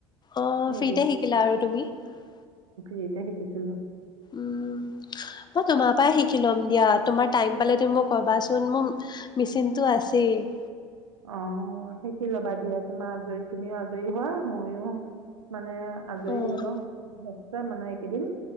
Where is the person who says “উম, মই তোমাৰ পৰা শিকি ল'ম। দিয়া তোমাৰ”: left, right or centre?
Left